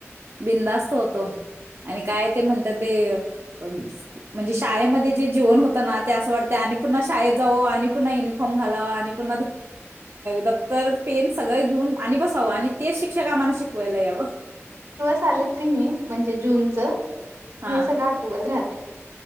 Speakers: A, on the right; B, on the right.
A: बिंदास्त होतो आणि काय ते म्हणतात ते म्हणे शाळेमध्ये जे जीवन होतं ना ते असं वाटते आणि पुन्हा शाळेत जाऊ आणि पुन्हा युनिफॉर्म घालाव आणि पु द्तर पेन सगळं घेऊन आणि बसावं आणि तेच शिक्षक आम्हाला शिकवायला यावं
B: म्हण जग
A: हा
B: सळ आ राह